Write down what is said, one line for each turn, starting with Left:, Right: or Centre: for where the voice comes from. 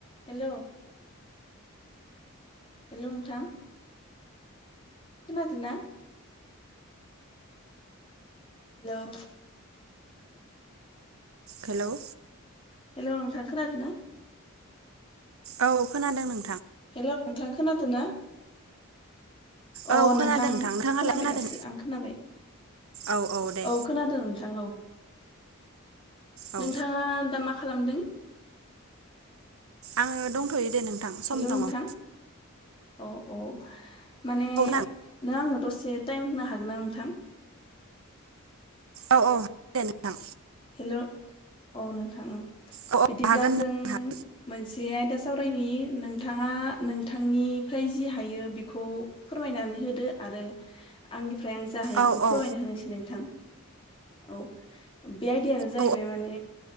Left: Hello hello नोंथां खोनादोना। Hello
Right: hello
Left: hello नोंथां खोनदोना?
Right: औ खोनादों नों
Left: हेल' नोंथां खोनादो ना? अ
Right: औ
Left: नोंथां
Right: खोनादों नोंथाङालाय
Left: खोनाबाय
Right: खोनादों
Left: दासो आं खोनाबाय।
Right: औ दे
Left: औ खोनादों नोंथां औ।
Right: औ
Left: नोंथाङा दा मा खालामदों।
Right: आङो दंथ'यो। दे नोंथां
Left: हेल'
Right: सम
Left: नोंथां
Right: दङ औ
Left: औ औ माने
Right: नोंथां
Left: नों आंनो दसे टाइम होनो हागोन ना नोंथां।
Right: औ औ दे नोंथां।
Left: हेल' औ नोंथां
Right: औ औ
Left: बिदिब्ला
Right: हागोन
Left: जों
Right: नोंथां
Left: मोनसे आयदा साव नोंथाङा नोंथांनिफ्राय जि हायो बेखौ फोरमायनानै होदो आरो। आंनिफ्राय आं जा हायो
Right: औ
Left: बेखौ
Right: औ
Left: फोरमायना होनोसै नोंथां औ। बे आयदियानो जाहैबाय
Right: औ
Left: माने